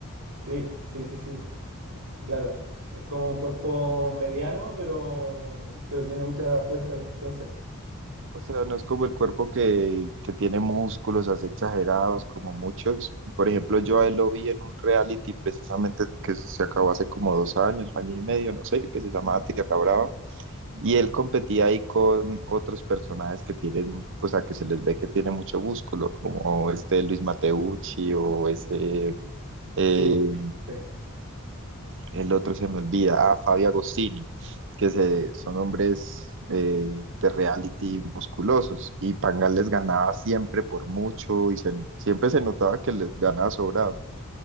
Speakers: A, on the right; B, on the right.
A: Sí, sí, sí, sí. Es- claro, es como un cuerpo mediano, pero, pero tiene mucha fuerza y resistencia.
B: O sea, no es como el cuerpo que, que tiene músculos así exagerados como muchos. Por ejemplo, yo a él lo vi en un reality precisamente que se acabó hace como dos años, año y medio, no sé, que se llamaba Tierra Brava. Y él competía ahí con otros personajes que tienen, o sea, que se les ve que tienen mucho músculo, como este Luis Mateucci o ese eh,
A: Sí, sí,
B: el otro se me olvida, ah, Fabio Agostini, que se, son hombres eh, de reality musculosos, y Pangal les ganaba siempre por mucho, y se- siempre se notaba que les ganaba sobrado.